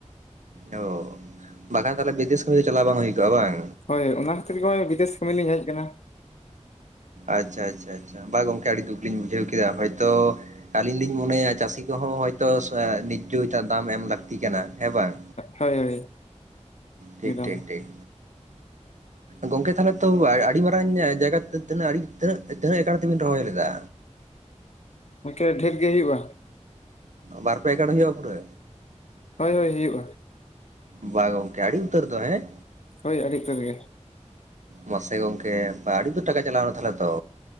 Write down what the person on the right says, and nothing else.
ᱚ ᱵᱟᱠᱷᱟᱱ ᱛᱟᱦᱚᱞᱮ ᱵᱤᱫᱮᱥ ᱠᱟᱹᱢᱤ ᱪᱟᱞᱟᱣ ᱵᱟᱝ ᱦᱩᱭ ᱠᱚᱜᱼᱟ ᱵᱟᱝ
ᱟᱪᱪᱷᱟ ᱟᱪᱪᱷᱟ ᱟᱪᱪᱷᱟ ᱵᱟ ᱜᱚᱝᱠᱮ ᱟᱹᱰᱤ ᱫᱩᱠ ᱞᱤᱧ ᱵᱩᱡᱷᱟᱹᱣ ᱠᱮᱫᱟ ᱦᱚᱭᱛᱚ ᱟᱞᱤᱧ ᱞᱤᱧ ᱢᱚᱱᱮᱭᱟ ᱪᱟᱹᱥᱤ ᱠᱚᱦᱚᱸ ᱦᱚᱭᱛᱚ ᱱᱤᱨᱡᱚᱭᱟᱜ ᱫᱟᱢ ᱮᱢ ᱞᱟᱹᱠᱛᱤ ᱠᱟᱱᱟ ᱦᱮᱸ ᱵᱟᱝ
ᱴᱷᱤᱠ
ᱴᱷᱤᱠ ᱴᱷᱤᱠ ᱜᱚᱝᱠᱮ ᱛᱟᱦᱚᱞᱮ ᱛᱚ ᱟᱹᱰᱤ ᱢᱟᱨ ᱡᱟᱭᱜᱟ ᱛᱤᱱᱟᱹᱜᱤᱹᱜ ᱛᱤᱱᱟᱹᱜ ᱮᱠᱚᱨ ᱛᱮᱵᱤᱱ ᱨᱚᱦᱚᱭ ᱞᱮᱫᱟ
ᱵᱟᱨ ᱯᱮ ᱮᱠᱚᱨ ᱦᱩᱭᱩᱜᱼᱟ ᱯᱩᱨᱟᱹ
ᱵᱟ ᱜᱚᱝᱠᱮ ᱟᱹᱰᱤ ᱩᱛᱟᱹᱨ ᱫᱚ ᱦᱮᱸ
ᱢᱟᱥᱮ ᱜᱚᱝᱠᱮ ᱵᱟ ᱟᱹᱰᱤ ᱩᱛᱟᱹᱨ ᱴᱟᱠᱟ ᱪᱟᱞᱟᱣᱱᱟ ᱛᱟᱦᱚᱞᱮ ᱛᱚ